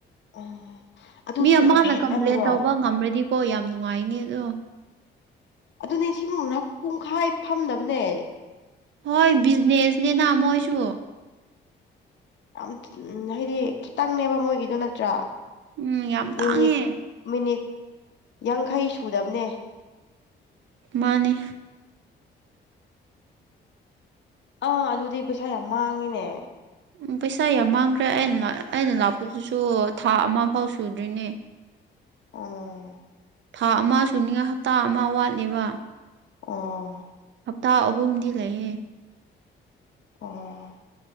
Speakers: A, on the left; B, on the right.
A: ꯎꯝ ꯑꯗꯨꯁꯨ
B: ꯃꯤ ꯑꯃꯅ
A: ꯌꯥꯝ ꯍꯦꯟꯃꯟꯗ꯭ꯔꯣ
B: ꯀꯝꯄ꯭ꯂꯦꯟ ꯇꯧꯕ ꯉꯝꯃꯗꯤꯀꯣ ꯌꯥꯝ ꯅꯨꯡꯉꯥꯏꯅꯤꯗꯣ
A: ꯑꯗꯨꯅꯦ ꯁꯤꯒꯨꯝꯅ ꯄꯨꯡꯈꯥꯏ ꯐꯝꯅꯕꯅꯦ
B: ꯍꯣꯏ ꯕꯤꯖꯤꯅꯦꯁꯅꯤꯅ ꯃꯣꯏꯁꯨ
A: ꯌꯥꯝ ꯍꯥꯏꯗꯤ ꯈꯤꯇꯪꯅꯦꯕ ꯃꯣꯏꯒꯤꯗꯣ ꯅꯠꯇ꯭ꯔꯥ
B: ꯎꯝ ꯌꯥꯝ
A: ꯃꯤꯅꯤꯠ
B: ꯇꯥꯡꯉꯦ
A: ꯃꯤꯅꯤꯠ ꯌꯥꯡꯈꯩ ꯁꯨꯗꯕꯅꯦ
B: ꯃꯥꯅꯤ
A: ꯑꯥ ꯑꯗꯨꯗꯤ ꯄꯩꯁꯥ ꯌꯥꯝ ꯃꯥꯡꯉꯤꯅꯦ
B: ꯎꯝ ꯄꯩꯁꯥ ꯌꯥꯝ ꯃꯥꯡꯈ꯭ꯔꯦ ꯑꯩꯅ ꯑꯩꯅ ꯂꯥꯛꯄꯗꯨꯁꯨ ꯊꯥ ꯑꯃ ꯐꯥꯎ ꯁꯨꯗ꯭ꯔꯤꯅꯦ
A: ꯑꯣ
B: ꯊꯥ ꯑꯃ ꯁꯨꯅꯤꯅ ꯍꯞꯇꯥ ꯑꯃ ꯋꯥꯠꯂꯤꯕ
A: ꯑꯣ
B: ꯍꯞꯇꯥ ꯑꯍꯨꯝꯗꯤ ꯂꯩꯌꯦ
A: ꯑꯣ